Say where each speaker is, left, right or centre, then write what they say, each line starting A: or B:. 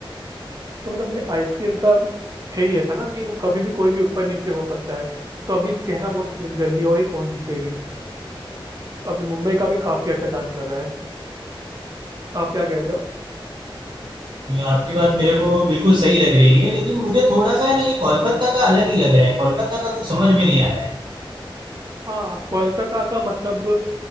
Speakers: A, on the right (about 40°); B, on the right (about 55°).
A: तो मतलब ये आईपीएल का है ही ऐसा ना कि वो कभी भी कोई भी ऊपर नीचे हो सकता है तो अभी कहना बहुत जल्दी हो ही कौन जीतेगी अभी मुंबई का भी काफी अच्छा चांस लग रहा है आप क्या कहते हो
B: ये आपकी बात मेरे को बिल्कुल सही लग रही है लेकिन मुझे थोड़ा सा है ना ये कोलकाता का अलग ही लग रहा है कोलकाता का कुछ समझ में नहीं आ रहा है
A: हाँ कोलकाता का मतलब